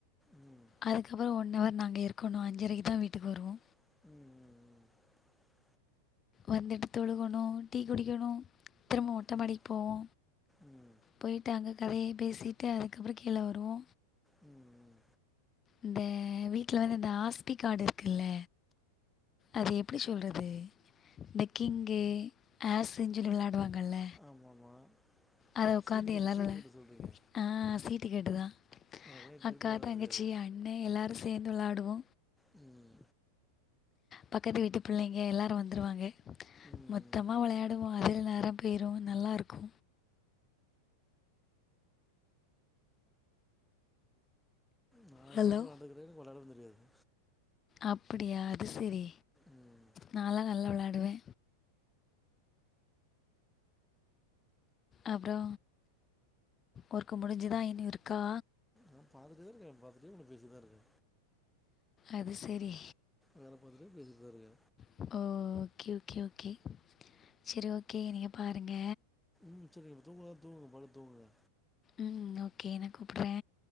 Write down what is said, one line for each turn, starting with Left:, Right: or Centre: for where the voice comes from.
Centre: ம்
Left: அதுக்கப்புறோ ஒன்னு ஹார் நா அங்க இருக்கணு அஞ்சுரைக்குதா வீட்டுக் வருவோ
Centre: உம் உம் உம்
Left: வந்துட்டு தொழுகணு டீ குடிக்கணு திரும்ப மொட்டமாடிக்கு
Centre: ம்
Left: போவோ
Centre: ம்
Left: போய்ட்டு அங்க கதைய பேசிட்டு அதுக்கப்புறோ கீழ வருவோ
Centre: உம் உம்
Left: இந்த வீட்ல வந்து இந்த ஆஸ்தி காடு இருக்குல்ல அது எப்டி சொல்றது இந்த கிங்கு ஆஸின் சொல்லி விளாடுவாங்கல்ல
Centre: ஆமாம் ஆமாம்
Left: அத உக்காந்து
Centre: சீட்டு கட்டு
Left: எல்லாலுல
Centre: சீட்டு கட்டு சொல்கிறீங்க
Left: ஆஹ் சீட் டி கெட்டு தா
Centre: எனக்கெல்லாம் இப்போ வரைக்கும்
Left: அக்கா
Centre: விளையாட
Left: தங்கச்சி
Centre: தெரியாது
Left: அண்ணே எல்லாரு சேந் விளாடுவோ
Centre: உம்
Left: பக்கத்து வீட்டு பிள்ளேங்க எல்லாரு வந்துருவாங்க
Centre: ம்
Left: மொத்தமா
Centre: ம்.
Left: விளையாடுவோ அதுல நேரம் பேய்ரு நல்லா இருக்கு
Centre: நா இது
Left: ஹலோ
Centre: வரைக்கு விளாண்டது கிடையாது எனக்கு விளாடவு தெரியாது
Left: அப்பிடியா அது செரி
Centre: ம்
Left: நாலா நல்லா விளா டுவே அப்றோ ஒர்க்கு முடிஞ்சுதா இன்யு இருக்கா
Centre: நா பாத்துட்டே இருக்கே பாத்துட்டே உங்கட் பேசிட் தா இருக்க
Left: அது செரி
Centre: வேல பாத்துட்டே பேசிட் தா இருக்க
Left: ஓ! ஓகே ஓகே ஓகே செரி ஓகே நீங்க பாருங்க
Centre: ம் சரி தூங்குறதா தூங்குங்க படுத் தூங்குங்க
Left: உம் ஓகே நா கூப்புட்றே